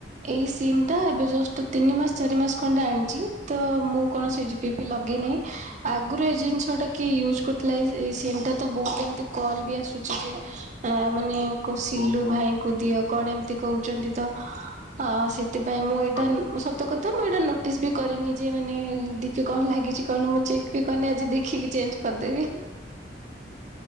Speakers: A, on the right (about 40°); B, on the left (about 80°).
A: ଏଇ ସିମ୍ ଟା ଏବେ ଜଷ୍ଟ ତିନି ମାସ ଚାରି ମାସ ଖଣ୍ଡେ ଆଣିଛି। ତ ମୁଁ କଣ ସି ଯି <unintelligible> ଲଗେଇ ନାହିଁ। ଆଗରୁ ଏ ଜିନିଷ ଟା କିଏ ୟୁଜ କରିଥିଲା ଏ ସିମ ଟା ତ ବହୁତ ଏମି ତି କଲ ବି ଆ ଆସୁଛି ଯେ, ଆ ମାନେ କ ସିଲୁ
B: ହଁ ଓହୋ
A: ଭାଇ ଙ୍କୁ କଉ ଦିଅ କଣ ଏମିତି କହୁଛନ୍ତି ତ? ଆ ସେଥିପାଇଁ ମୁଁ ଏଇଟା
B: ହଁ
A: ମୁଁ ସତ ସତ କଥା ମୁଁ ଏଇଟା ନୋଟିସ୍ ବି କରିନି ଯେ ମାନେ ଡିପି କଣ ଲାଗିଛି କଣ ମୁଁ ଚେକ୍ ବି କରିନି ଆଜି ଦେଖିକି ଚେଞ୍ଜ କରଦେବି।
B: ହ <inaudible>